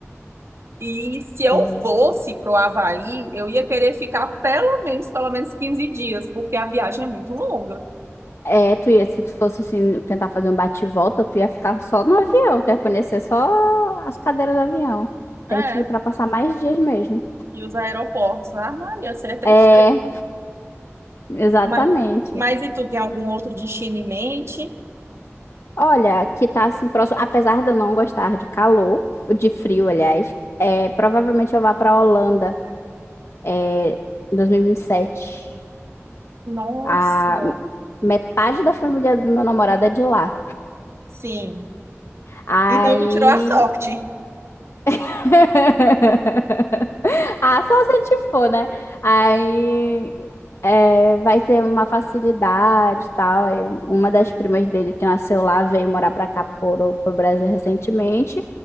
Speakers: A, on the right; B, on the left.
A: E se eu
B: É,
A: fosse para o Havaí, eu ia querer ficar pelo menos, pelo menos 15 dias, porque a viagem é muito longa.
B: é, tu ia, se tu fosse assim, tentar fazer um bate-volta, tu ia ficar só no avião, tu ia conhecer só as cadeiras do avião.
A: É,
B: Tem que ir para passar mais dias mesmo.
A: e os aeroportos, ah, Maria, isso é tristeza.
B: É, exatamente.
A: Mas, mas e tu tem algum outro destino em mente?
B: Olha, que tá assim próximo, apesar de eu não gostar de calor, de frio, aliás, é, provavelmente eu vá para a Holanda é, em 2027.
A: Nossa.
B: A metade da família do meu namorado é de lá.
A: Sim.
B: Aí
A: Então tu tirou a sorte.
B: <laughs> Ah, só se te for, né? Aí é, vai ser uma facilidade e tal. Aí uma das primas dele que nasceu lá veio morar pra cá, pro, pro Brasil recentemente.